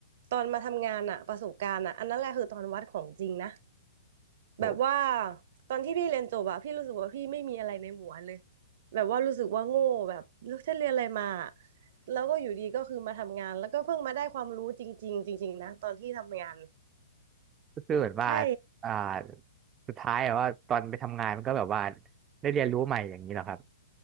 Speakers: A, on the right; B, on the right.
A: ตอนมาทำงานอะประสบการณ์อะอันนั้นแหละคือตอนวัดของจริงนะ
B: โห
A: แบบว่าตอนที่พี่เรียนจบอะพี่รู้สึกว่าพี่ไม่มีอะไรในหัวเลยแบบว่ารู้สึกว่าโง่แบบแล้วฉันเรียนอะไรมาแล้วก็อยู่ดีก็คือมาทำงานแล้วก็เพิ่งมาได้ความรู้จริงๆจริงๆนะตอนที่ทำงาน
B: ก็คือเหมือนว่า
A: ใช่
B: อ่าสุดท้ายแบบว่าตอนไปทำงานมันก็แบบว่าได้เรียนรู้ใหม่อย่างนี้เหรอครับ